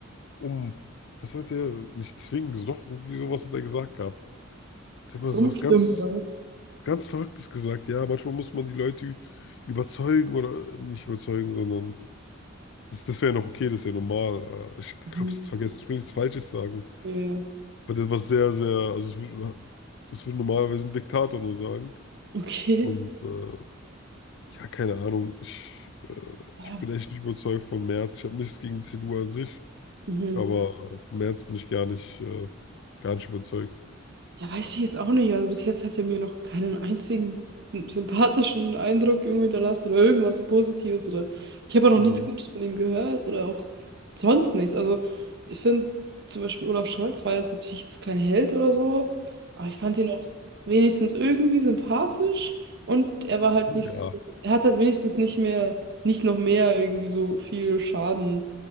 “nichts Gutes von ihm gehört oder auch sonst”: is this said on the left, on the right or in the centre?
Right